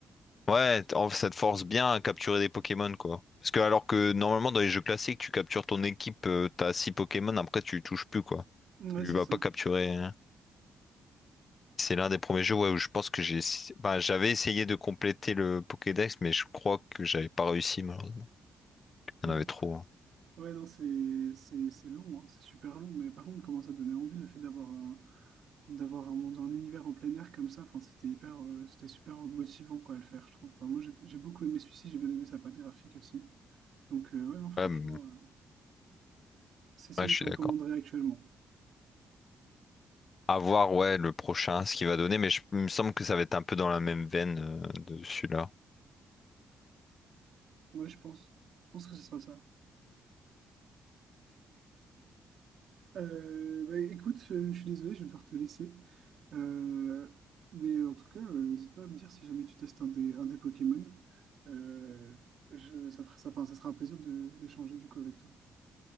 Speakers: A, on the left; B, on the right.
A: Ouais, t- en- ça te force bien à capturer des Pokémon, quoi. Parce que alors que normalement dans les jeux classiques, tu captures ton équipe, euh, t'as 6 Pokémon, après tu les touches plus, quoi.
B: Ouais,
A: Tu
B: c'est
A: vas
B: ça.
A: pas capturer. hein. C'est l'un des premiers jeux ouais, où je pense que j'ai ess- bah, j'avais essayé de compléter le Pokédex, mais je crois que j'avais pas réussi malheureusement. Il
B: <laughs>
A: y en avait trop. hein.
B: Ouais, non, c'est c'est c'est long, hein, C'est super long, mais par contre, comment ça donnait envie le fait d'avoir un d'avoir un monde, un univers en plein air comme ça. Enfin, c'était hyper, euh, c'était super motivant quoi à le faire, je trouve. Enfin, moi, j'ai j'ai beaucoup aimé celui-ci, j'ai bien aimé sa patte graphique aussi. Donc euh, ouais, non, franchement,
A: Ouais, mais-
B: euh, c'est celui
A: ouais, je
B: que
A: suis
B: je recommanderais
A: d'accord.
B: actuellement.
A: À voir ouais le prochain, ce qu'il va donner, mais je- il me semble que ça va être un peu dans la même veine euh, de celui-là.
B: Ouais, je pense. Je pense que ce sera ça. Euh, bah, écoute, euh, je suis désolé, je vais devoir te laisser. Euh, mais en tout cas, euh, n'hésite pas à me dire si jamais tu testes un des, un des Pokémon. Euh, je- ça fera- ça, enfin, ça sera un plaisir de- d'échanger du coup avec toi.